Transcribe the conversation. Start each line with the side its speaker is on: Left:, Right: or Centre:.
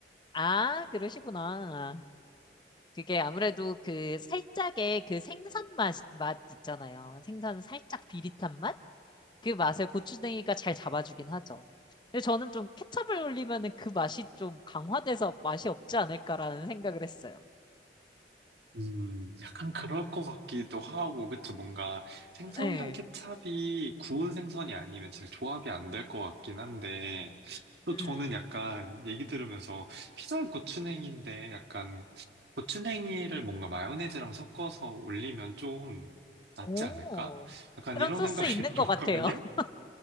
Left: 아, 그러시구나. 그게 아무래도 그 살짝의 그 생선 맛, 맛 있잖아요. 생선 살짝 비릿한 맛? 그 맛을 고추냉이가 잘 잡아주긴 하죠. 근데 저는 좀 케첩을 올리면은 그 맛이 좀 강화돼서 맛이 없지 않을까라는 생각을 했어요.
Right: 음, 약간 그럴 것 같기도 하고, 그쵸? 뭔가 생선이랑
Left: 네.
Right: 케찹이 구운 생선이 아니면 잘 조합이 안 될 것 같긴 한데, 또
Left: 음.
Right: 저는 약간 얘기 들으면서 피자에 고추냉이인데 약간 고추냉이를 뭔가 마요네즈랑 섞어서 올리면 좀 낫지
Left: 오.
Right: 않을까? 약간
Left: 그런
Right: 이런
Left: 소스
Right: 생각이
Left: 있는
Right: <laughs> 들었거든요?
Left: 것 같아요. <laughs>